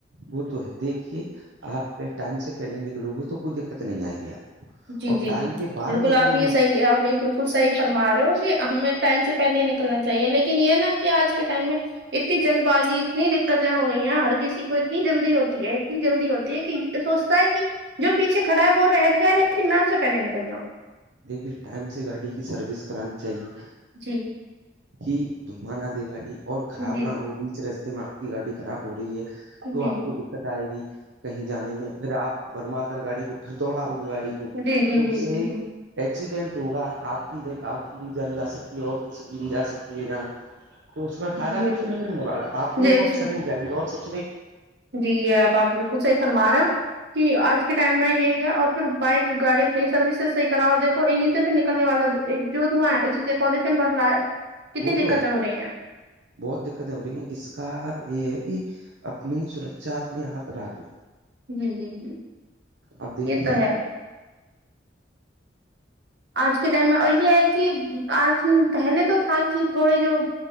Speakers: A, on the right (about 85°); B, on the right (about 65°).
A: وہ تو ہے دیکھیے آپ ٹائم سے پہلے نکلو گئےے تو کوئی دقت نہیں آئے گی آپ
B: جی
A: اور
B: جی
A: ٹائم
B: جی
A: کے بعد
B: بالکل
A: نکلو
B: آپ یہ
A: گے
B: صحی آپ یہ بک صحی فرما رہے ہو کہ ہمیں ٹائم سے پہلے ہی نکلنا چاہیے لیکن یہ نا کہ آج کے ٹائم میں اتنی جلد بازی اتنی دقتیں ہو رہئی ہیں ہر کسی کو اتنی جلدی ہوتی ہے اتنی جلدی ہوتی ہے کہ سو تا کہ جو پیچے کھڑا ہے وہ رہ جائے لیکن نہ اس سے پہلے نکل جاؤں
A: دیکھیے ٹائم سے گاڑی کی سروس کرانی چاہیے
B: جی
A: کہ دھواں نہ دے گاڑی اور خراب
B: جی
A: نہ
B: جی
A: ہو بیچ رستے میں آپ کی گاڑی خراب ہو رہی ہے
B: جی
A: تو آپ کو د دقت آئے گی کہیں جانے میں پھر آپ بنوا کر گاڑی کو پھر دوڑاؤ گے گاڑی
B: جی جی
A: تو
B: جی
A: اس
B: جی
A: سے ایکسیڈنٹ ہوگا آپ کی آپ کی بھی جان جا سکتی ہے اور کسی کی بھی جا سکتی یہ جان تو اس میں
B: جی
A: فائدہ کچھ نہیں ملنے والا آپ کی
B: جی
A: مت
B: جی
A: چلی جائے گی اور سب
B: جی یہ آپ آپ بالکل صحی فرمار رہ ہیں کہ آج کے ٹائم میں یہی ہے اور پھر بائک گاڑی پلی سروس سے صحیح کراؤ اور دیکو انہیں سے پھر نکلنے والا ایک جو دھواں ہے اسی سے پالوشن بڑ رہا ہے کتنی
A: وہ تو
B: دقتیں
A: ہے
B: ہو رہی ہیں
A: بہت دقتیں ہو رہی ہیں اس کا یہ ہے کہ اپنی سرکچا اپنے ہاتھ رکھو
B: جی جی جی
A: اب دیکھیے
B: یہ تو ہے آج کے ٹائم میں اور یہ ہے کہ آج پہلے تو تھا کہ تھوڑے جو